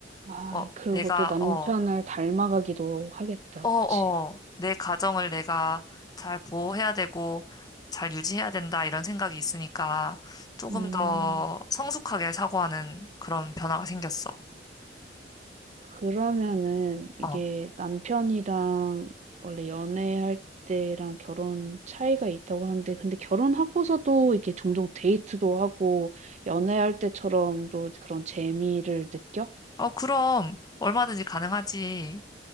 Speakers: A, on the right; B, on the left.
A: 아,
B: 어,
A: 그리고
B: 내가,
A: 또 남편을
B: 어,
A: 닮아가기도 하겠다.
B: 어, 어,
A: 그치?
B: 내 가정을 내가 잘 보호해야 되고, 잘 유지해야 된다, 이런 생각이 있으니까, 조금
A: 음,
B: 더 성숙하게 사고하는 그런 변화가 생겼어.
A: 그러면은 이게
B: 어,
A: 남편이랑 원래 연애할 때랑 결혼 차이가 있다고 하는데, 근데 결혼하고서도 이렇게 종종 데이트도 하고, 연애할 때처럼 또 그런 재미를 느껴?
B: 어, 그럼, 얼마든지 가능하지.